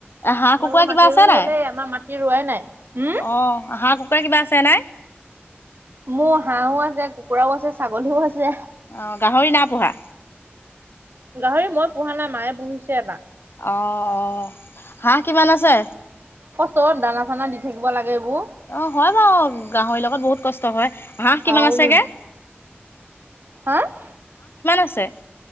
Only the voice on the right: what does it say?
তোমালোকৰ
মাটি
ৰুই
হ'লেই আমাৰ মাটি ৰোৱাই নাই। উম
মোৰ হাঁহো আছে কুকুৰাও আছে ছাগলীও আছে।
গাহৰি মই পোহা নাই মায়ে পুহিছে এটা।
চত দানা চানা দি থাকিব লাগে এইবো।
আৰু
হা-